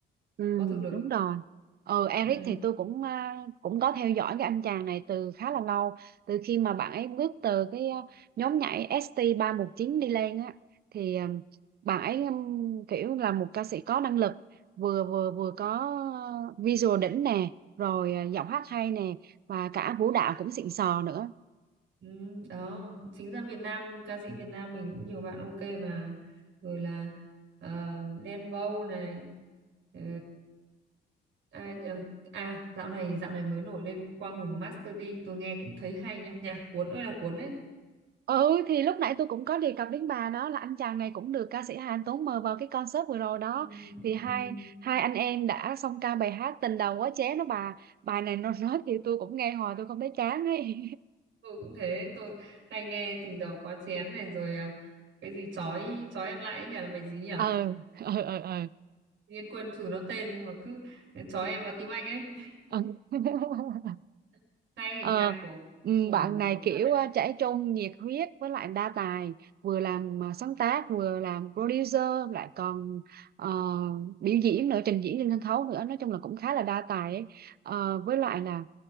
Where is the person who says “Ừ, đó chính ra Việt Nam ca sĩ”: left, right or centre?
Right